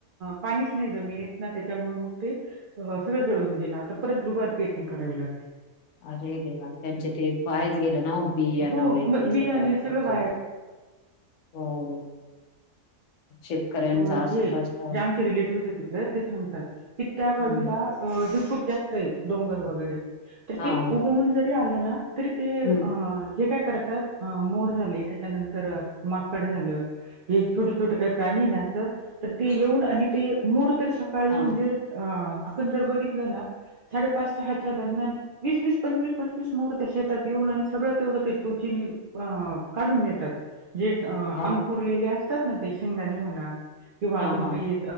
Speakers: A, on the right; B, on the left.
A: पाणीच नाही जमिनीत ना त्याच्यामुळ मग ते अ, सगळं जळून गेलं,, आता परत दुवार पेरणी करावी लागली..
B: अरे देवा! त्यांच्या ते वायाच गेलं ना.. उ बियाना
A: हो
B: वगैरे
A: मग बियाणे
B: सगळं करत
A: वाया
B: हो.. शेतकऱ्यांचा
A: हे
B: असच असता
A: जे आमचे रिलेटिव्ह होतेत तिथ तिकडे ते सांगतात की त्या बाजूला
B: हम्म
A: हे खूप जास्त आहे, डोंगर वगैरे तर
B: हा
A: ते उगवून जरी आलं ना तरी ते
B: हम्म
A: हे काय करतात अ मोर झाले त्याच्यानंतर माकड झालं हे छोटे छोटे काही प्राणी ना ते येऊन आणि ते मोर तर सकाळी
B: हा
A: म्हणजे अ आपण जर बघितलं ना साडेपाच सहाच्या दरम्यान वीस वीस पंचवीस पंचवीस मोर शेतात येऊन आणि सगळं तेवढं ते चोचीनी अ काढून देतात जे अंकुरलेले
B: हा
A: असतात ना ते शेंगदाणी म्हणा किंवा
B: हा
A: अजून
B: हा
A: काही